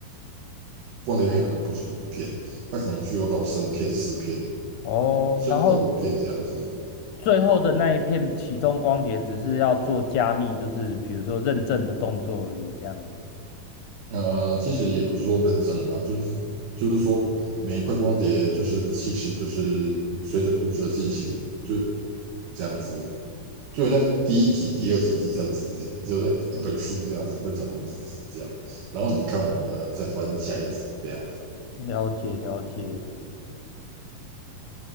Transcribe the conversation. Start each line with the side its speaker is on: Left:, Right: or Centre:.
Right: 光碟片，可能不止一片，它可能需要到三片、四片，
Left: 哦，
Right: 甚至到五片这样子。
Left: 然后最后的那一片启动光碟，只是要做加密，就是比如说认证的动作而已。这样，
Right: 呃，其实也不是说认证啦，就是就是说每一块光碟就是其实就是随着故事的进行，就这样子，就好像第一集、第二集、第三集，就像一本书这样子分成好几集这样，然后你看完了再翻下一集这样子。
Left: 了解了解，